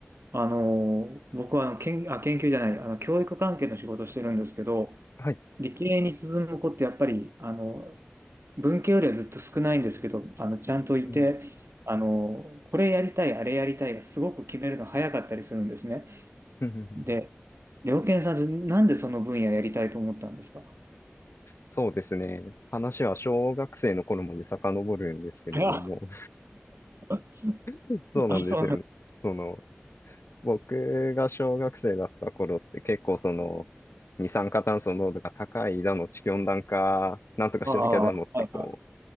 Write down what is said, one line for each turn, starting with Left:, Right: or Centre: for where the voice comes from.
Right: あのー、僕はあの研、あ、研究じゃない、あの、教育関係の仕事をしてるんですけど、
Left: はい。
Right: 理系に進む子ってやっぱり、あの、文系よりはずっと少ないんですけど、あの、ちゃんといて、
Left: うん。
Right: あの、これやりたい、あれやりたいがすごく決めるの早かったりするんですね。
Left: <laughs>
Right: で、良健さんさん、なんでその分野やりたいと思ったんですか
Left: そうですね。話は小学生の頃まで遡るんですけれども、
Right: 早っ <laughs>
Left: <laughs> そうなんですよね。
Right: あ、そう
Left: その、僕が小学生だった頃って結構その二酸化炭素濃度が高いだの地球温暖化なんとかしなきゃだのってこ
Right: ああ、はいは